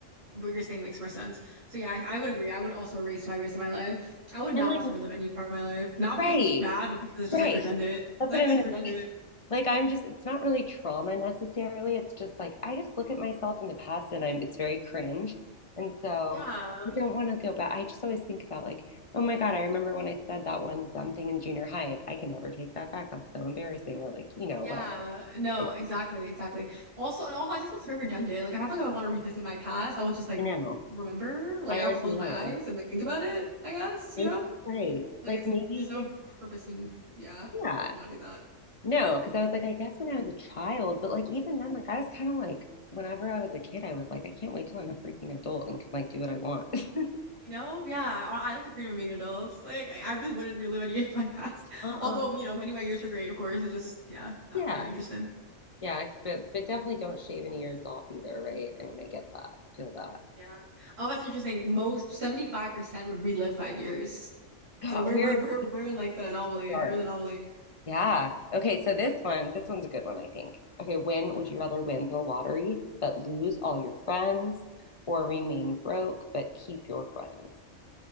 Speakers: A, on the right; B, on the left.
A: what you're saying makes more sense. So yeah, I, I would agree. I would also erase five years of my life. I would not
B: and like
A: want to relive any part of my life. Not because
B: right,
A: it was bad, but because it's just
B: right.
A: like redundant.
B: That's
A: Like
B: what I'm
A: it's
B: gonna
A: redundant.
B: Like I'm just it's not really trauma necessarily. It's just like I just look at myself in the past and I'm it's very cringe. And so
A: Yeah.
B: I don't want to go back. I just always think about like, oh my God, I remember when I said that one dumb thing in junior high and I can never take that back. That's so embarrassing or like, you know,
A: Yeah,
B: whatever.
A: no,
B: It's
A: exactly, exactly. Also, and also, I just looks very redundant. Like, if I feel like I want to revisit my past, I would just like
B: I know.
A: remember, like,
B: I
A: I'll
B: already
A: close
B: know.
A: my eyes and like think about it, I guess, you
B: Maybe,
A: know?
B: right.
A: Like,
B: Like
A: it's,
B: maybe
A: there's no purpose in, yeah,
B: yeah.
A: I would not do that.
B: No, because I was like, I guess when I was a child, but like even then, like I was kind of like, whenever I was a kid, I was like, I can't wait till I'm a freaking adult and can like do what I want. <laughs>
A: You know? Yeah, I, I like the freedom of being adults. Like, I, I really wouldn't relive any <laughs> of my past. <laughs>
B: Uh-uh.
A: Although, you know, many of my years were great, of course. It's just, yeah, not
B: Yeah,
A: really interested.
B: yeah, but but definitely don't shave any ears off either, right? I mean, I get that. I feel that.
A: Yeah. Oh, that's interesting. Most 75% would relive five years.
B: God,
A: So we're
B: we're
A: we're we're, we're in like the anomaly.
B: we dark.
A: We're the anomaly.
B: Yeah. Okay, so this one, this one's a good one, I think. Okay, when
A: Mm-hmm.
B: would you rather win the lottery but lose all your friends or remain broke but keep your friends?